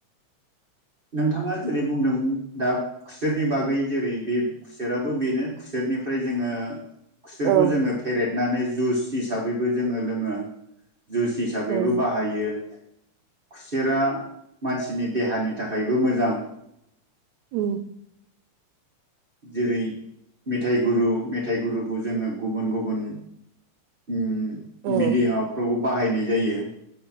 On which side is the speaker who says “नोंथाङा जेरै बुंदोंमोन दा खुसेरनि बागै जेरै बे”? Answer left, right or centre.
Right